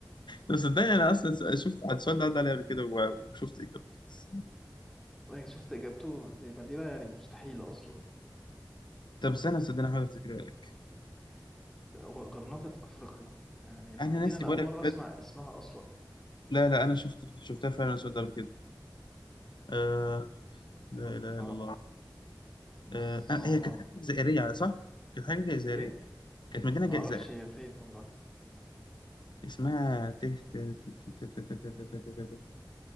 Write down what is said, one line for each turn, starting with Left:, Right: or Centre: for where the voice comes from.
Left: طب صدقني انا اصلا شفت السؤال ده عدى عليا قبل كده و- وشفت اجابته بس
Centre: إيه، شفت اجابته دي مدينة يعني مستحيلة اصلا
Left: طب استنى صدقني هحاول افتكرها لك
Centre: غ- غرناطة افريقيا يعني
Left: انا
Centre: هي مدينة
Left: ناسي
Centre: انا
Left: بقول
Centre: اول
Left: لك
Centre: مرة
Left: بجد
Centre: اسمع اسمها اصلا
Left: لا لا انا شفت شفتها فعلا السؤال ده قبل كده آه... لا اله
Centre: صعبة
Left: الا الله آه...
Centre: صعبة
Left: آه، هي كانت حاجه جزائريه صح؟ كانت حاجه جزائريه
Centre: ايه
Left: كانت مدينه
Centre: معرفش
Left: جزائر
Centre: هي فين والله
Left: اسمها ته ت- ت- ت- ت- ت- ت- ت- ت- ت- ت- ت-